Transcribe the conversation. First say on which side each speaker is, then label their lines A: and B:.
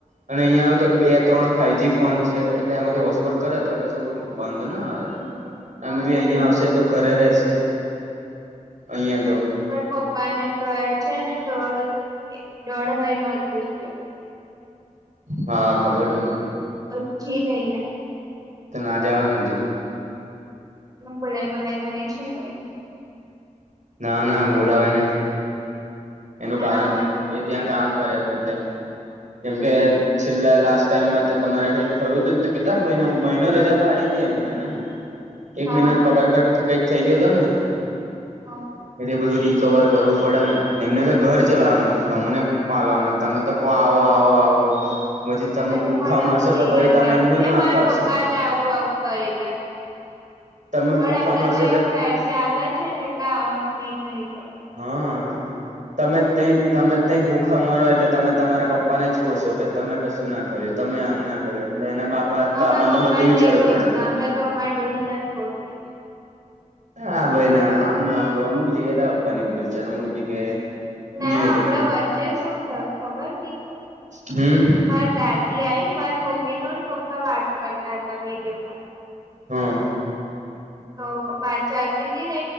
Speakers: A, on the right; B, on the right.
A: અન અહિયાં આવુ તો બે-ત્રણ ફાઈવજી ફોન છે, એટલે એમાંથી હોટસ્પોટ કરે તોય કશું વાંધો ના આવે,
B: હમ
A: એમ
B: બસ
A: બી અહિયાં
B: હોય
A: આવશે
B: ને
A: તો ઘરે રેશે અહીંયા તો.
B: પણ પપ્પાને તોય છે ને દોઢ દોઢ મહિનો થઈ ગયો.
A: હા, ખબર છે ને.
B: અજી નઈ ને.
A: તો ના જ આવે નથી.
B: મન બોલાઈ બોલાઈ કરીયે છે ન તોય નઈ.
A: ના, ના, બોલાવાય નઈ. એનું
B: ના
A: કારણ
B: અમે
A: છે
B: તો બોલાય
A: એ ત્યાં કામ કરે છે એટલે કેમ કે છેલ્લે લાસ્ટ ટાઈમમાં તે તમારે કઈક થયું તું ન તો કેટલા મહિનો મહિનો રજા પાડી તી એમને ને. એક
B: હા
A: મહિનાન પગાર કટ કંઈક થઈ ગયો તો ને.
B: હઅ.
A: એટલે બધું રીકવર કરવું પડે ને. એમને તો ઘર ચલાવાનું છે, તમને પાલવાના તમે તો કો આવો આવો આવો. પછી તમે
B: અરે,
A: ભૂખા
B: પણ
A: મરશો
B: અમને
A: તો પછી
B: યાદ
A: તમે
B: યાદ
A: એમનું જ
B: એ
A: વાંક
B: માર
A: કાઢશો
B: પપ્પા જ આવું આવું કરી રહ્યા
A: તમે
B: પણ
A: ભૂખા
B: એમને
A: મરશો
B: તહીયાં
A: એટલે
B: ફેસ્ટ ચાલે છે ન એટલે આવાનો મેળ નઈ પડતો.
A: હઅ. તમે તઈ તમે તઈ ભૂખા મરો એટલે તમે તમારા પપ્પાને જ કોશો કે તમે કશું ના કર્યું, તમે આમ ના કર્યું, એટલે એના બાપા
B: અમે
A: બાપાન
B: પપ્પા
A: તો બધું
B: ને
A: વિચારવું
B: નહી કોસતા
A: પડે.
B: અમે તો અમાર ડોહીના જ પોહચશી.
A: હા ભાઈ ના આમ અમુક જગ્યાએ તો અપવાની ભૂલતા અને અમુક જગ્યાએ
B: ના
A: ની હતી
B: હમણાં વચ્ચે શું થયું ખબર નહિ કે
A: હમ્મ.
B: માર દાદી આઈ મારા મમ્મી નું પપ્પા વાત કરતા હતા વિડીયો કોલ
A: હા.
B: તો વાત ચાલતી હતી ને